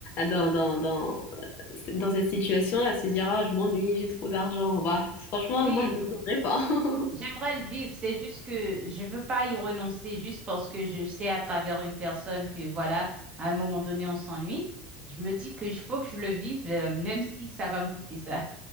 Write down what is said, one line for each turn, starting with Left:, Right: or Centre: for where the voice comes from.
Left: dans, dans, dans, dans cette situation-là, se dire, ah, je m'ennuie, j'ai trop d'argent. Bah, franchement,
Right: Oui,
Left: moi, je me plaindrais pas. <laughs>
Right: j'aimerais le vivre. C'est juste que je veux pas y renoncer juste parce que je sais à travers une personne que, voilà, à un moment donné, on s'ennuie. Je me dis qu'il faut que je le vive, euh, même si ça va me coûter ça.